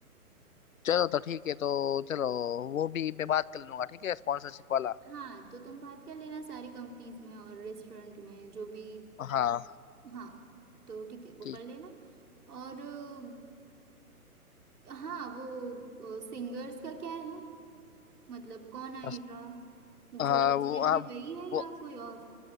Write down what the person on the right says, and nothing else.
हाँ तो तुम बात कर लेना सारी कंपनीज में और रेस्टोरेंट में जो भी
हाँ तो ठीक है वो
कर लेना और अ, अ, हाँ वो सिंगर्स का क्या है मतलब कौन आएगा
जो
लास्ट
टाइम
थे वही है या
कोई और